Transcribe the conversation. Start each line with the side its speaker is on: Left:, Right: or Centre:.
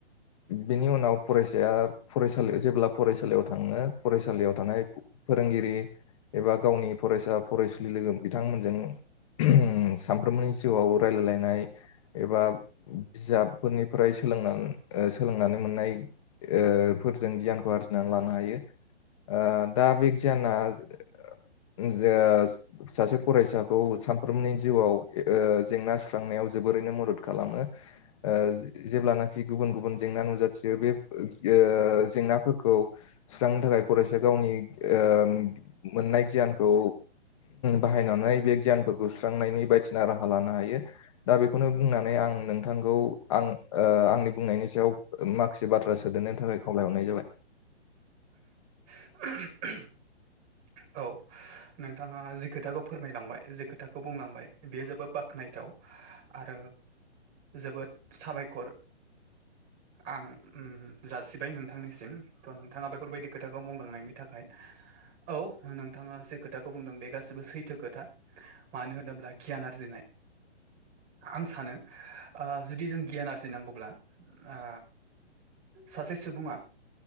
Left: बिनि उनाव फरायसाया फरायसालियाव जेब्ला फरायसालियाव थाङो फरायसालियाव थानाय फोरोंगिरि एबा गावनि फरायसा फरायसुलि लोगो बिथांमोनजों सान फ्रोमनि जिउआव रायलायलायनाय एबा बिजाबफोरनिफ्राय सोलोंनानै ओ सोलोंनानै मोननाय ओ फोरजों गियानखौ आरजिनानै लानो हायो ओ दा बे गियाना <unintelligible> सासे फरायसाखौ सानफ्रोमनि जिउआव ओ जेंना सुस्रांनायाव जोबोरैनो मदद खालामो ओ जेब्लानाखि गुबुन गुबुन जेंना नुजाथियो बे ओ जेंनाफोरखौ सुस्रांनो थाखाय फरायसाया गावनि ओ मोननाय गियानखौ बाहायनानै बे गियानफोरखौ सुस्रांनायनि बायदिसिना राहा लानो हायो दा बेखौनो बुंनानै आं नोंथांखौ आं ओ आंनि बुंनायनि सायाव माखासे बाथ्रा सोदेरनायनि थाखाय खावलायहरनाय जाबाय
Right: <inaudible> औ नोंथाङा जि खोथाखौ फोरमायलांबाय जि खोथाखौ बुंलांबाय बेयो जोबोद बाख्नायथाव आरो जोबोद साबायखर आं उ जासिबाय नोंथांनिसिम थ' नोंथाङा बेफोरबायदि खोथाखौ बुंलांनायनि थाखाय औ नोंथाङा जे खोथाखौ बुंदों बे गासिबो सैथो खोथा मानो होनोब्ला गियान आरजिनाय आं सानो ओ जुदि जों गियान आरजिनांगौब्ला आ सासे सुबुङा